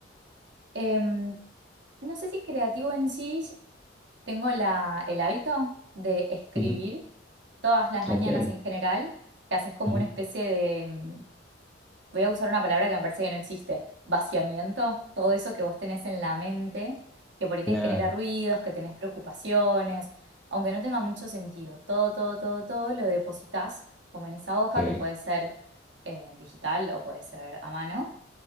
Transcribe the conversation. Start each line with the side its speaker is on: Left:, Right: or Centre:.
Right: em, no sé si creativo en sí, tengo la, el hábito de escribir
Centre: Ujú,
Right: todas las mañanas
Centre: ok.
Right: en general, que haces como
Centre: Ujú,
Right: una especie de, mm, voy a usar una palabra que me parece que no existe, vaciamiento, todo eso que vos tenés en la mente, que por ahí
Centre: claro.
Right: te genera ruidos, que tenés preocupaciones, aunque no tenga mucho sentido, todo, todo, todo, todo lo depositas como en esa hoja
Centre: Ok.
Right: que puede ser eh, digital o puede ser a mano,